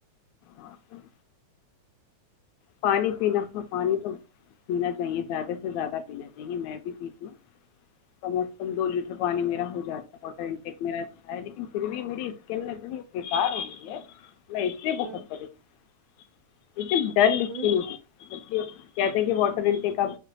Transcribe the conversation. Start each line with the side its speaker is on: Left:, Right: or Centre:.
Left: ہاں <unintelligible> پانی پینا تھا پانی تو پینا چاہیے زیادہ سے زیادہ پینا چاہیے میں بھی پی ہ سمج <unintelligible> کندوول <unintelligible> پانی میرا ہو جاتا ہے واٹر انٹیک میرا لیکن پھر بھی میری اسکلنی بےیکار ہو گئی ہے <unintelligible> نہیں اتلی
Right: ہوں
Left: بخت پی <inaudible> یہ تو ڈن <inaudible>
Right: ہوں <unintelligible>
Left: جب کہتے ہیں کہ واٹر انٹیک اپ